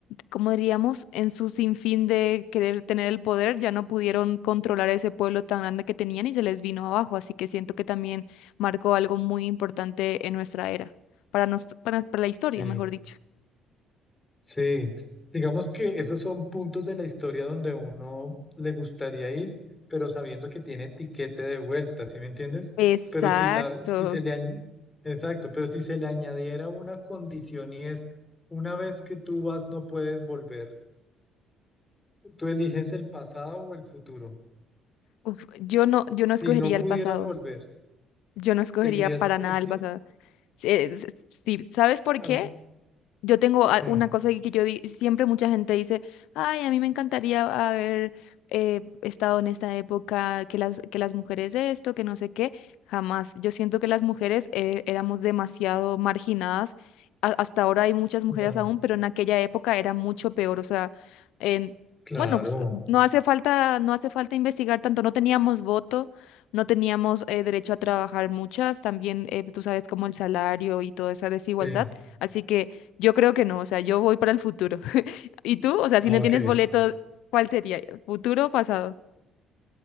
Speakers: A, on the left; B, on the left.
A: ¿cómo diríamos?, en su sinfín de querer tener el poder, ya no pudieron controlar ese pueblo tan grande que tenían y se les vino abajo, así que siento que también marcó algo muy importante en nuestra era, para, nos, para, para la historia,
B: sí.
A: mejor dicho.
B: Sí, digamos que esos son puntos de la historia donde uno le gustaría ir, pero sabiendo que tiene tiquete de vuelta, ¿sí me entiendes?
A: Exacto.
B: Pero si la, si se le añ- exacto, pero si se le añadiera una condición y es una vez que tú vas no puedes volver. Tú eliges el pasado o el futuro.
A: Uf, yo no, yo
B: Si
A: no escogería
B: no pudieras
A: el pasado.
B: volver,
A: Yo no escogería
B: seguirías
A: para nada
B: exi-
A: el pasado. Si, es- si- ¿sabes por
B: al-
A: qué? Yo tengo
B: Sí,
A: a- una cosa que yo di- siempre mucha gente dice, ay, a mí me encantaría haber eh, estado en esta época, que las, que las mujeres esto, que no sé qué, jamás. Yo siento que las mujeres eh, éramos demasiado marginadas. A- hasta ahora hay muchas mujeres
B: la-
A: aún, pero en aquella época era mucho peor. O sea, en-
B: claro.
A: bueno, pues, no hace falta, no hace falta investigar tanto. No teníamos voto, no teníamos eh, derecho a trabajar muchas. También eh, tú sabes como el salario y toda esa desigualdad.
B: Sí.
A: Así que yo creo que no, o sea, yo voy para el futuro. <laughs> ¿Y tú? O sea, si
B: Ah,
A: no
B: ok.
A: tienes boleto, ¿cuál sería? ¿Futuro o pasado?